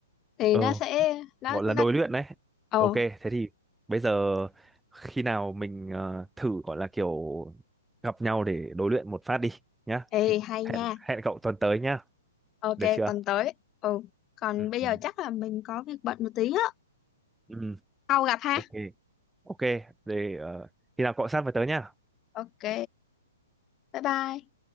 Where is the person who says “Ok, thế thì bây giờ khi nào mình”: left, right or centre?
Centre